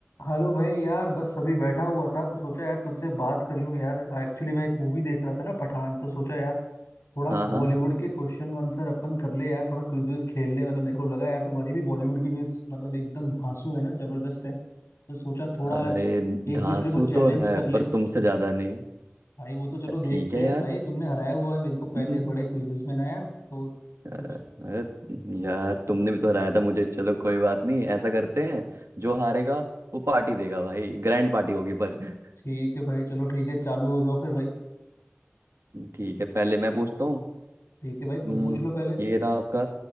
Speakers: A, on the left; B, on the right.
A: Hello भाई यार बस अभी बैठा हुआ था तो सोचा यार तुमसे बात कर लूं यार एक्चुअली मैं एक मूवी देख रहा था ना पठान तो सोचा यार थोड़ा
B: हाँ हाँ
A: बॉलीवुड के क्वेश्चन आंसर अपन कर ले यार थोड़ा क्विज विज खेल ले मतलब मेरे को लगा यार तुम्हारी भी बॉलीवुड की न्यूज मतलब एकदम धांसू है ना जबरदस्त है तो सोचा थोड़ा
B: अरे
A: आज एक
B: धांसू
A: दूसरे को चैलेंज
B: तो है
A: कर ले
B: पर तुमसे ज्यादा नहीं
A: भाई वो तो चलो देखते
B: ठीक है यार
A: हैं भाई तुमने हराया हुआ है मेरे को पहले
B: <laughs>
A: बड़े क्विजेस में ना यार तो
B: अ-
A: कुछ
B: अरे यार तुमने भी तो हराया था मुझे चलो कोई बात नहीं ऐसा करते हैं जो हारेगा वो पार्टी देगा भाई ग्रैंड पार्टी होगी पर <laughs>
A: ठीक है भाई चलो ठीक है चालू हो जाओ फिर भाई
B: ठीक है पहले मैं पूछता हूँ
A: ठीक है भाई
B: हम्म,
A: तुम पूछ लो पहले
B: ये रहा आपका